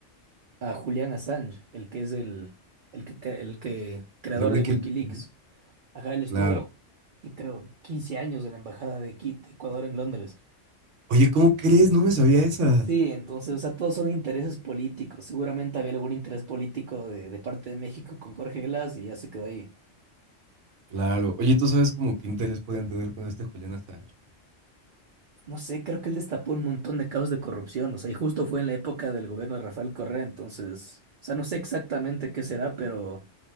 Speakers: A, on the right; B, on the right.
A: a Julian Assange, el que es el, el que, cre- el que, creador
B: el de Wikileaks.
A: de WikiLeaks.
B: ¿no?
A: Ajá, él estuvo,
B: Claro.
A: y creo, 15 años en la embajada de Qui- de Ecuador en Londres.
B: Oye, ¿cómo crees? No me sabía esa.
A: Sí, entonces, o sea, todos son intereses políticos. Seguramente había algún interés político de, de parte de México con Jorge Glass y ya se quedó ahí.
B: Claro. Oye, ¿tú sabes como qué interés podían tener con este Julián Assange?
A: No sé, creo que él destapó un montón de casos de corrupción, o sea, y justo fue en la época del gobierno de Rafael Correa, entonces, o sea, no sé exactamente qué será, pero